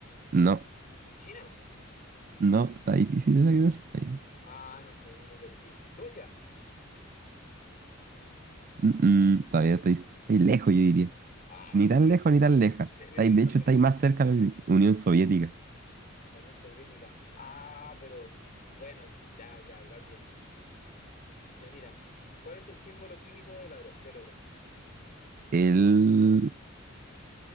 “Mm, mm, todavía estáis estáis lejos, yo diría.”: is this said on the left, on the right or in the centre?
Right